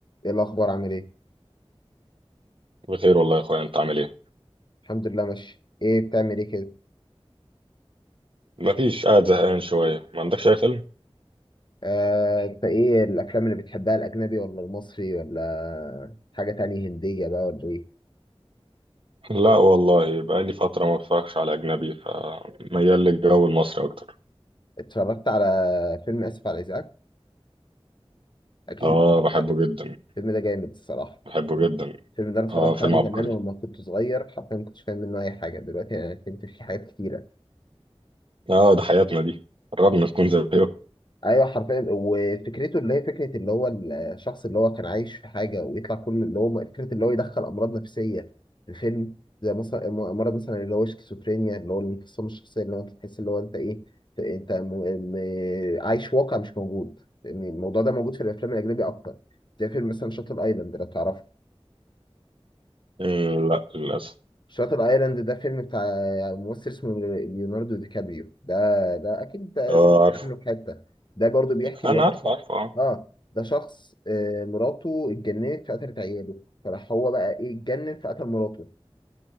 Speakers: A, on the left; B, on the right.
A: ايه الاخبار عامل ايه
B: بخير والله يا اخويا انت عامل ايه
A: الحمد لله ماشي ايه بتعمل ايه كده
B: مفيش قاعد زهقان شويه ما عندكش اي فيلم
A: آه، انت ايه الافلام اللي بتحبها الاجنبي ولا المصري ولا حاجه تانية هنديه بقى ولا ايه
B: لا والله بقى لي فتره ما بتفرجش على اجنبي فميال للجو المصري اكتر
A: اتفرجت على فيلم اسف على الازعاج اكيد
B: اه
A: اتفرجت
B: بحبه
A: عليه
B: جدا
A: الفيلم ده جامد الصراحه
B: بحبه جدا
A: الفيلم ده انا اتفرجت
B: اه فيلم
A: عليه
B: عبقري
A: زمان ولما كنت صغير حرفيا ما كنتش فاهم منه اي حاجه دلوقتي انا فهمت فيه حاجات كتيره
B: اه ده حياتنا دي قربنا نكون زيه
A: ايوه حرفيا وفكرته اللي هي فكره اللي هو الشخص اللي هو كان عايش في حاجه ويطلع كل اللي هو فكره اللي هو يدخل امراض نفسيه في الفيلم زي مثلا مرض مثلا اللي هو شيزوفرينيا اللي هو الانفصام الشخصيه اللي هو انت تحس اللي هو انت ايه انت م... م... عايش واقع مش موجود يعني الموضوع ده موجود في الافلام الاجنبي اكتر زي فيلم مثلا شاتل ايلاند لو تعرفه
B: مم، لا للاسف
A: شاتر ايلاند ده فيلم بتاع ممثل اسمه ليوناردو دي كابريو ده ده اكيد ده
B: اه
A: سمعت
B: عارفه
A: عنه في حته ده برضو بيحكي
B: انا
A: اللي هو
B: عارفه عارفه اه
A: اه ده شخص آه، مراته اتجننت فقتلت عياله فراح هو بقى ايه اتجنن فقتل مراته